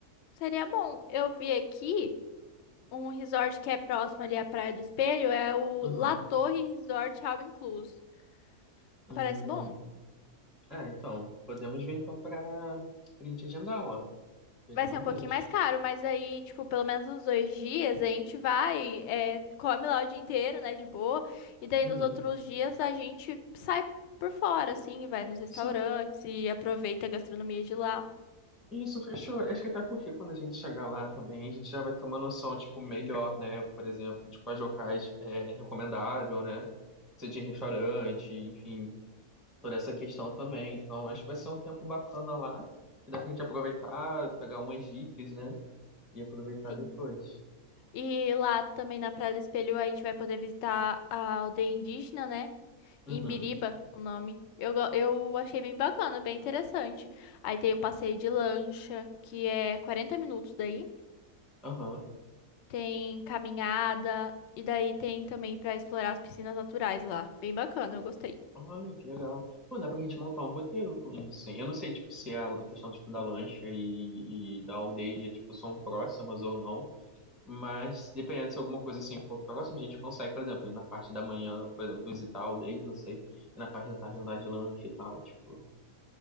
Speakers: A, on the left; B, in the centre.
A: Seria bom. Eu vi aqui um resort que é próximo ali à Praia do Espelho, é o
B: Uhum.
A: La Torre Resort ao Inclusive
B: Hum.
A: Parece bom.
B: É, então, podemos ver então pra, pra gente agendar, ó. Já
A: Vai
B: de uma
A: ser um pouquinho
B: vez.
A: mais caro, mas aí, tipo, pelo menos uns dois dias a gente vai, é, come lá o dia inteiro, né, de boa. E daí
B: Uhum.
A: nos outros dias a gente sai por fora, assim, vai nos restaurantes
B: Sim,
A: e aproveita a gastronomia de lá.
B: isso, fechou. Acho que até porque quando a gente chegar lá também, a gente já vai ter uma noção, tipo, melhor, né? Por exemplo, de quais locais é recomendável, né? Se é de restaurante, enfim, toda essa questão também. Então, acho que vai ser um tempo bacana lá. E dá pra gente aproveitar, pegar umas dicas, né? E aproveitar
A: Sim.
B: depois.
A: E lá também na Praia do Espelho a gente vai poder visitar a aldeia indígena, né?
B: Uhum,
A: Imbiriba, o nome. Eu, go- eu achei bem bacana, bem interessante. Aí tem o passeio de lancha, que é 40 minutos daí.
B: aham.
A: tem caminhada e daí tem também pra explorar as piscinas naturais lá. Bem bacana, eu gostei.
B: Olha, que legal. Pô, dá pra gente montar um roteiro com isso, hein? Eu não sei, tipo, se é a questão, tipo, da lancha e, e da aldeia, tipo, são próximas ou não, mas dependendo se alguma coisa, assim, for próxima, a gente consegue, por exemplo, ir na parte da manhã, por exemplo, visitar a aldeia, não sei, e na parte da tarde andar de lancha e tal, tipo...